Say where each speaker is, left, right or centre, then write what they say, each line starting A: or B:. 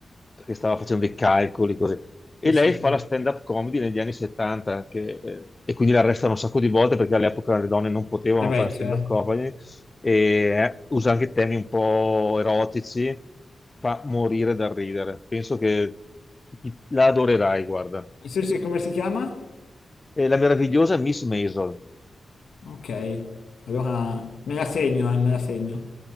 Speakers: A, on the left (about 30°); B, on the left (about 85°).
A: che stava facendo dei calcoli, così. E
B: Pensa
A: lei fa
B: te.
A: la stand-up comedy negli anni 70, che, eh, e quindi la arrestano un sacco di volte perché all'epoca le donne non potevano
B: Eh beh,
A: fare stand-up
B: certo.
A: comedy, e eh, usa anche temi un po' erotici, fa morire dal ridere. Penso che la adorerai, guarda.
B: Sì, sì, come si chiama?
A: E la meravigliosa Miss Maisel.
B: Ok, allora me la segno, eh, me la segno.